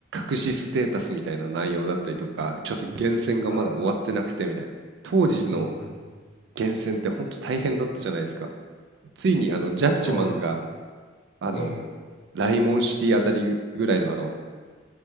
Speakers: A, on the right (about 65°); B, on the left (about 35°).
A: 隠しステータスみたいな内容だったりとか、ちょっと厳選がまだ終わってなくてみたいな。
B: はい。
A: 当時の
B: うんうん。
A: 厳選って本当大変だったじゃないですか。ついにあのジャッジマンが
B: そうです。
A: あの
B: うん。
A: ライモンシティあたりぐらいのあの